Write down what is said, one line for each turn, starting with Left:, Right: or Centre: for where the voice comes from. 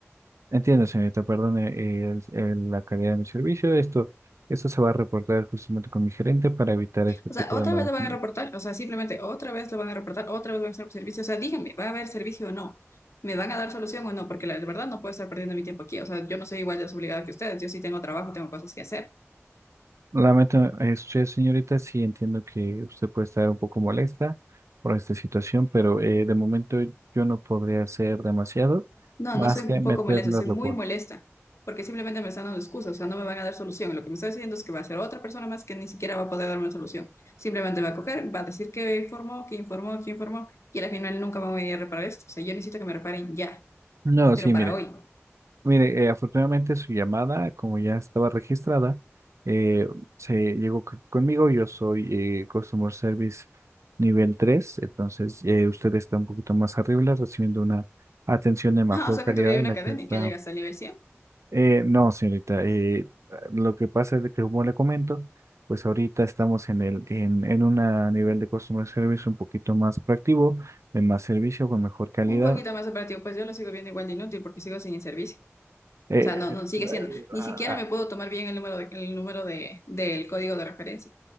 Right: Entiendo, señorita, perdone eh, el- el- la calidad de mi servicio. Esto, esto se va a reportar justamente con mi gerente para evitar este
Left: O
Right: tipo
Left: sea, otra
Right: de malentendidos.
Left: vez lo van a reportar, o sea, simplemente otra vez lo van a reportar, otra vez van a hacer servicio, o sea, díganme, ¿va a haber servicio o no? ¿Me van a dar solución o no? Porque la verdad no puedo estar perdiendo mi tiempo aquí, o sea, yo no soy igual de desobligada que ustedes, yo sí tengo trabajo, tengo cosas que hacer.
Right: Lamento, eh, usted, señorita, sí entiendo que usted puede estar un poco molesta por esta situación, pero eh, de momento yo no podría hacer demasiado
Left: No,
Right: más
Left: no soy
Right: que
Left: un
Right: meterle
Left: poco molesta, soy
Right: el reporte.
Left: muy molesta, porque simplemente me están dando excusas, o sea, no me van a dar solución. Lo que me está diciendo es que va a ser otra persona más que ni siquiera va a poder darme solución. Simplemente va a coger, va a decir que informó, que informó, que informó, y al final nunca van a venir a reparar esto. O sea, yo necesito que me reparen ya,
Right: No,
Left: pero
Right: sí,
Left: para
Right: mire.
Left: hoy. <laughs>
Right: Mire, eh, afortunadamente su llamada, como ya estaba registrada, eh, se llegó c- conmigo. Yo soy eh, Customer Service nivel 3, entonces eh, usted está un poquito más arriba, recibiendo una atención de mejor
Left: Ah, o sea,
Right: calidad
Left: que todavía
Right: de
Left: hay una
Right: la
Left: cadena
Right: que está.
Left: y que llega hasta el nivel cien.
Right: Eh, no, señorita, eh, lo que pasa es de que, como le comento, pues ahorita estamos en el en, en un nivel de Customer Service un poquito más proactivo, de más servicio, con mejor calidad.
Left: Un poquito más operativo, pues yo lo sigo viendo igual de inútil porque sigo sin el servicio.
Right: Eh,
Left: O sea, no, no sigue siendo.
Right: eh,
Left: Ni siquiera me puedo tomar bien el número de- el número de, del código de referencia.